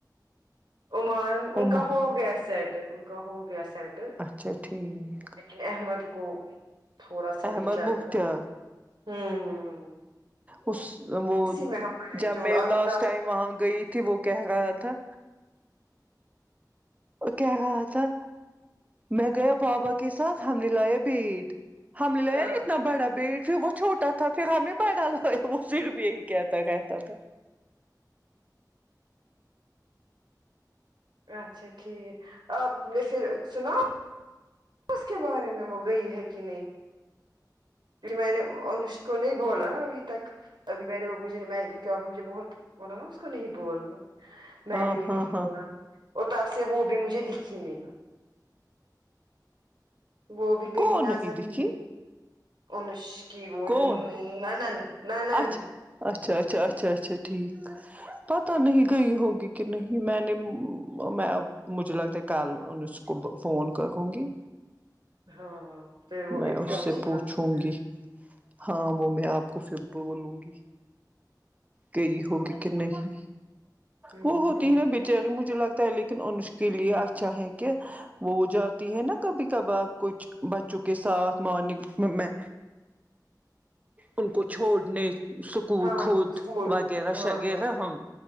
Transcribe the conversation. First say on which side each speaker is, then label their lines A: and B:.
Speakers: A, on the right (about 90°); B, on the right (about 20°).
A: عمان ان
B: عمان
A: کا ہو گیا سیٹل ان کا ہو گیا سیٹ
B: اچھا ٹھیک
A: لیکن احمد کو تھوڑا سا
B: احمد
A: بھی چل
B: مختار
A: رہا ہے ہمم ہمم
B: اس وہ
A: میں ہمارے
B: جب
A: جو
B: میں
A: آپ
B: لاسٹ ٹائم وہاں گئی تھی وہ کہہ رہا تھا کہہ رہا تھا میں گیا بابا کے ساتھ ہم نے لایا بیٹ ہم نے لایا
A: ہاں
B: اتنا بڑا بیٹ پھر وہ چھوٹا تھا پھر ہم نے بڑا لا یا وہ صرف یہی کہتا رہتا تھا
A: اچھا ٹھیک آپ نے پھر سنا اس کے بارے میں وہ گئی ہے کی نہیں کیونکی میں نے ان اس کو نہیں بولا ابھی تک ابھی میں نے مجھے کیونکی آپ نے مجھے بہت وہ نا اس کو نہیں بولنا میں
B: ہاں
A: نے بھی
B: ہاں
A: نہیں
B: ہاں
A: بولا اور تب سے وہ بھی مجھے دکھی نہیں وہ بھی کہیں
B: کون
A: نظر
B: دکھی
A: نہیں انش کی وہ
B: کون
A: نا نند نند
B: اچھا اچھا اچھا اچھا اچھا ٹھیک پتہ نہیں گئی ہوگی کی نہیں میں نے میں اب مجھے لگتا ہے کل ان کو فون کروں گی
A: ہاں پھر وہ
B: میں
A: انفارمیشن
B: اس سے پوچھوں
A: ہوں
B: گی ہاں وہ میں آپ کو پھر بولوں گی کئی ہوگی کی نہیں
A: ہوں
B: وہ ہو تی ہے بےچاری مجھے لگتا ہے لیکن انس کے لیے اچھا ہے کہ وہ جاتی ہے نا کبھی کبھار کچھ بچوں کے ساتھ مارننگ میں میں ان کو چھوڑنے سک کل
A: ہاں
B: خود
A: اسکول
B: وغیرہ
A: ہاں
B: شغیرہ
A: ہاں
B: ہم